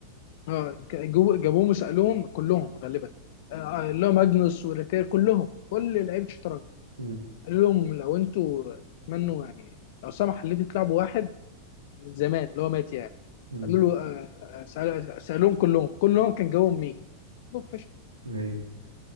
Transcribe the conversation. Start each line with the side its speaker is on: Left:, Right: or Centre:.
Left: اه جابو- جابوهم وسالوهم كلهم غالبا آه، آه، اللي هو ماجنوس وريكير كلهم كل لعيبه الشطرنج
Right: مم.
Left: قالوا لهم لو انتوا تمنوا يعني لو سمح اللي انتوا تلعبوا واحد من زمان اللي هو مات يعني
Right: مم.
Left: قالوا له آه، آه، سأل- سالوهم كلهم كلهم كان جاوبهم مين؟ بوف
Right: ايوه